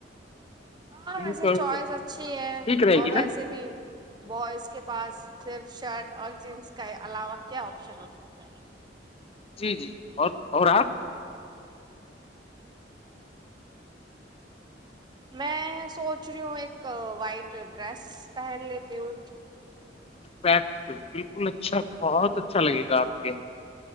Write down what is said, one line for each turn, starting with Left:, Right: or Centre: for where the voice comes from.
Right: ہاں
Left: بلو
Right: ویسے
Left: شرٹ
Right: چوائس اچھی ہے
Left: ٹھیک رہے
Right: اور
Left: گی نا
Right: ویسے بھی بوائز کے پاس صرف شرٹ اور جینس کے علاوہ کیا آپشن ہو سکتا ہے
Left: جی جی اور اور آپ
Right: میں سوچ رہی ہوں ایک وائٹ ڈریس پہن لیتی ہوں
Left: پریکٹ بالکل اچھا بہت اچھا لگے گا آپ کے